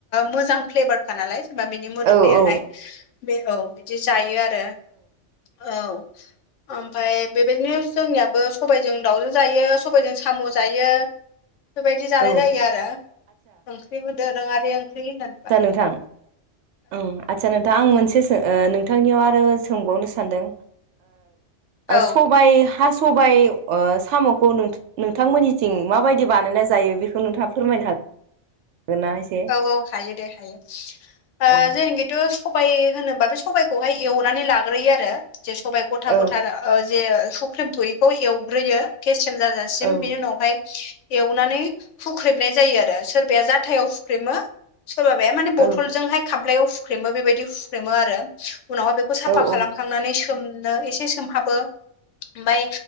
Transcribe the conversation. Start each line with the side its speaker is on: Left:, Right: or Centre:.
Left: मोजां फ्लेभारखा नालाय जेनेबा बिनि मोदोमनायाहाय
Right: औ औ
Left: बे औ बिदि जायो आरो औ। ओमफफ्राय बेबायदिनो जोंनियाबो सबायजों दाउजों जायो। सबायजों साम' जायो बेबायदि जानाय
Right: औ
Left: जायो आरो। बेबो दोरोङारि ओंख्रि होननानै
Right: दा नोंथां औ। आच्छा नोंथां आं मोनसे ओ नोंथांनियाव आरो सोंबावनो सानदों।
Left: औ
Right: सबबाय हास सबाय ओ साम'खौ नोंथांमोननिथिं माबायदि बानायना जायो बेखौ नोंथाङा फोरमाय हा होन्ना?
Left: औ औ हायो दे हायो। ओ
Right: औ
Left: जोंखिथ' सबाय होनोबा बे सबाइखौहाय एवनानै लाग्रोयो आरो जे सबाइ गथा
Right: औ
Left: गथा ओ जे सुख्रेम थयिखौ एवग्रोयो केसिम जाजासिम
Right: औ
Left: बिनि उनावहाय एवनानै हुख्रेबनाय जायो आरो, सोरबाया जाथायाव हुख्रेमो। सोरबाबाया माने बथलजोंहाय
Right: औ
Left: खामलायाव हुख्रेमो बेबायदि हुख्रेमो आरो उनावहाय बेख साफा
Right: औ
Left: खालामखांनानै
Right: औ
Left: सोमनो एसे सोमहाबो ओमफाय